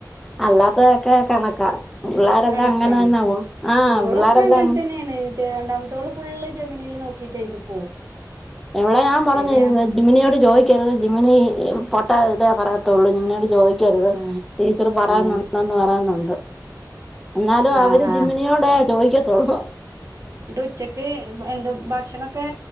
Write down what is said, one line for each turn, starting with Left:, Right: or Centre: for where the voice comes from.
Centre: അല്ലാത്തതെക്കേ കണക്കാ പിള്ളേരെല്ലാം
Right: ഞണക്കാണ്
Centre: അങ്ങനെ തന്നെ പോവും ആഹ്
Right: ഇവിടൊക്കെ
Centre: പിള്ളേരെല്ലാം
Right: അങ്ങൻതന്നേണ് രണ്ടാമത്തോള് ഫുള്ള് ജമിനീല് നോക്കീട്ടെഴുതി പോവും
Centre: ഇവിടെ ഞാൻ പറഞ്ഞു
Right: ശരിയാണ്
Centre: ഇന്ന് ജമിനിയോട് ചോദിക്കരുത് ജമിനി പൊട്ട ഇതേ പറയത്തൊള്ളു ജമിനിയോട് ചോദി ക്കരുത്
Right: ആഹ്
Centre: ടീച്ചർ പറയുന്നുണ്ടെന്ന്
Right: ആഹ്
Centre: പറയുന്നുണ്ട് എന്നാലും
Right: ആഹ്
Centre: അവര്
Right: ആഹ്
Centre: ജിമിനിയോടെ ചോദിക്കത്തൊള്ളൂ
Right: എന്നട്ട് ഉച്ചക്ക് എന്ത് ഭക്ഷണൊക്കെ